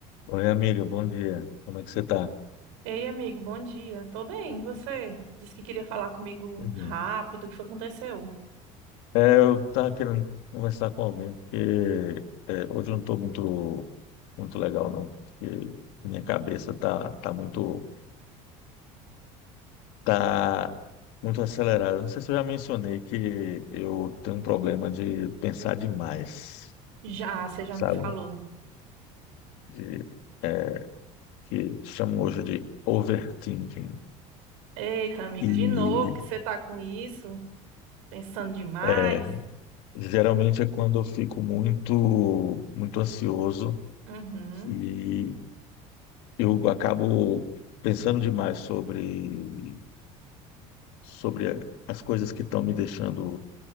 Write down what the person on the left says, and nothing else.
Oi, amigo, bom dia. Como é que você está?
Tudo bom.
É, eu estava querendo conversar com alguém, porque é, hoje eu não estou muito, muito legal, não, porque minha cabeça tá, tá muito, tá muito acelerada. Não sei se eu já mencionei que eu tenho um problema de pensar demais,
sabe?
De, é, que chamam hoje de overthinking.
E
é, geralmente é quando eu fico muito, muito ansioso
E eu acabo pensando demais sobre, sobre as coisas que estão me deixando,